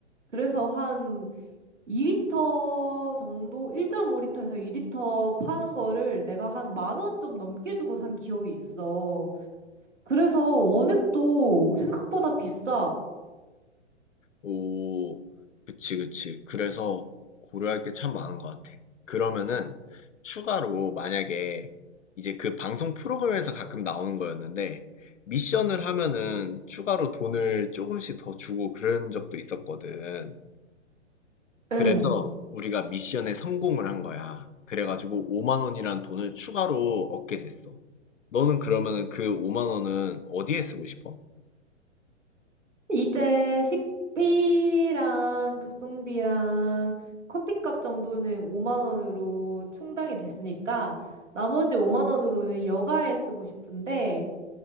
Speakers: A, on the right; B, on the left.
A: 그래서 한 2리터 정도, 1.5리터에서 2리터 파는 거를 내가 한 만 원 좀 넘게 주고 산 기억이 있어. 그래서 원액도 생각보다 비싸.
B: 오, 그치, 그치. 그래서 고려할 게 참 많은 것 같아. 그러면은 추가로 만약에 이제 그 방송 프로그램에서 가끔 나오는 거였는데 미션을 하면은 추가로 돈을 조금씩 더 주고 그런 적도 있었거든. 그래서
A: 응.
B: 우리가 미션에 성공을 한 거야. 그래가지고 5만 원이란 돈을 추가로 얻게 됐어. 너는 그러면은 그 5만 원은 어디에 쓰고 싶어?
A: 이제 식비랑 교통비랑 커피값 정도는 5만 원으로 충당이 됐으니까 나머지 5만 원으로는 여가에 쓰고 싶은데